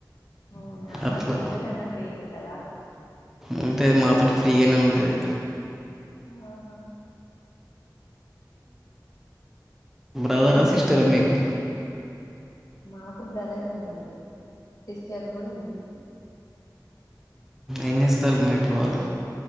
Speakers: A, on the left; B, in the centre.
A: అవునా
B: అట్లా.
A: మరి మీతోట నా ఫ్రీ గా ఉంటదా
B: అంతే మాతోటి ఫ్రీగానే ఉంటది
A: ఆహా
B: బ్రదర్
A: ఉమ్.
B: ఆ సిస్టర మీకు
A: మాకు బ్రదర్ ఉన్నాడు సిస్టర్ కూడా ఉంది
B: ఎం చేస్తాలు మరి ఇప్పుడు వాళ్ళు